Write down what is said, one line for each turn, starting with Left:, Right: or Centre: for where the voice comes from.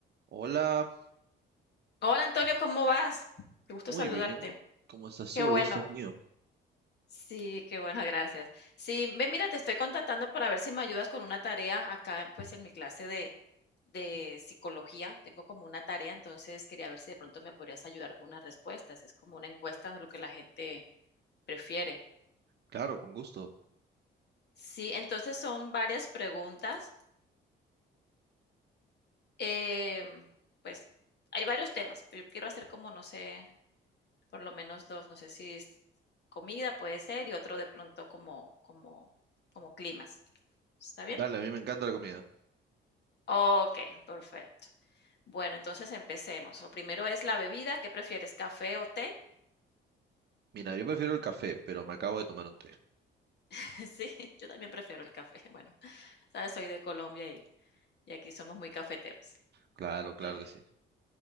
Right: Hola,
Left: Hola Antonio, ¿cómo vas? Qué gusto
Right: muy
Left: saludarte.
Right: bien. ¿Cómo estás
Left: Qué
Right: tú?
Left: bueno.
Right: El gusto es mío.
Left: Sí, qué bueno, gracias. Sí, ve, mira, te estoy contactando para ver si me ayudas con una tarea acá, en, pues, en mi clase de, de psicología. Tengo como una tarea, entonces quería ver si de pronto me podrías ayudar con unas respuestas. Es como una encuesta de lo que la gente prefiere.
Right: Claro, con gusto.
Left: Sí, entonces son varias preguntas. em, pues hay varios temas, pero yo quiero hacer como, no sé, por lo menos dos, no sé si es comida puede ser y otro de pronto como, como, como climas. ¿Está bien?
Right: Dale, a mí me encanta la comida.
Left: Ok, perfecto. Bueno, entonces empecemos. Lo primero es la bebida. ¿Qué prefieres, café o té?
Right: Mira, yo prefiero el café, pero me acabo de tomar un té.
Left: <laughs> sí, yo también prefiero el café. <laughs> Bueno, sabes, soy de Colombia y, y aquí somos muy cafeteros.
Right: Claro, claro
Left: Qué bien.
Right: que sí.